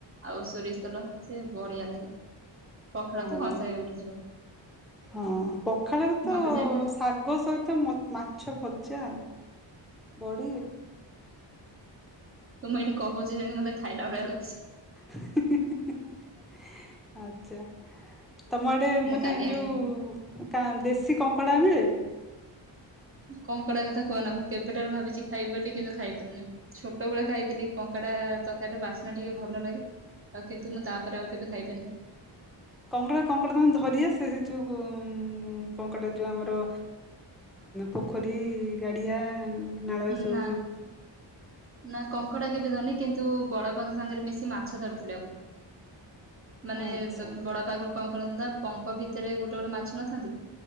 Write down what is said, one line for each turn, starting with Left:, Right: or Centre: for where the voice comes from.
Right: ଆଉ ସୋରିଷ ତେଲ ସେ ବଢିଆ ଲାଗେ। ପଖାଳ
Centre: ହଁ।
Right: ତ କଂସାଏ ଉଠିଯିବ।
Centre: ହଁ ପଖାଳରେ ତ
Right: ମତେ ଯେ ହଁ
Centre: ଶାଗ ସହିତ ମ ମାଛ ଭଜା। ବଡ଼ିି।
Right: ତ ମୁଁ ଏଇଠି କହୁଚି ଯେମିତି ମତେ ଖାଇଲା ଭଳିଆ ଲାଗୁଛି।
Centre: ହିଁ ହିଁ ହିଁ ଆଚ୍ଛା। ତମ ଆଡେ
Right: ମୁଁ
Centre: ମାନେ
Right: କାଲି ଆଣିବି
Centre: ଯୋଉ କା ଦେଶୀ କଙ୍କଡା ମିଳେ।
Right: କଙ୍କଡା କଥା କୁହନା ମୁଁ କେବେଠାରୁ ଭାବିଛି ଖାଇବ ବୋଲି କିନ୍ତୁ ଖାଇପାରିନି ଛୋଟବେଳେ ଖାଇଥିଲି କଙ୍କଡା ତରକାରୀ ବାସ୍ନା ଟିକେ ଭଲ ଲାଗେ ଆଉ କିନ୍ତୁ ମୁଁ ତାପରେ ଆଉ କେବେ ଖାଇପାରନି।
Centre: କଙ୍କଡା କଙ୍କଡା ତମେ ଧରିଆସେ ଯୋଉ କଙ୍କଡା ଯୋଉ ଆମର ପୋଖରୀ, ଗାଡିଆ, ନାଳ ଏ ସବୁ
Right: ନା
Centre: ଯୁ
Right: ନା କଙ୍କଡା କେବେ ଧରିନି କିନ୍ତୁ ବଡ ଅପାଙ୍କ ସାଙ୍ଗରେ ମିଶି ମାଛ ଧରିଥିଲେ ଆଗରୁ ମାନେ
Centre: ଆଚ୍ଛା
Right: ବଡ ବାପା ଆଗରୁ କଣ କରନ୍ତି ନା ପଙ୍କ ଭିତରେ ଗୋଟେ ଗୋଟେ ମାଛ ନଥାନ୍ତି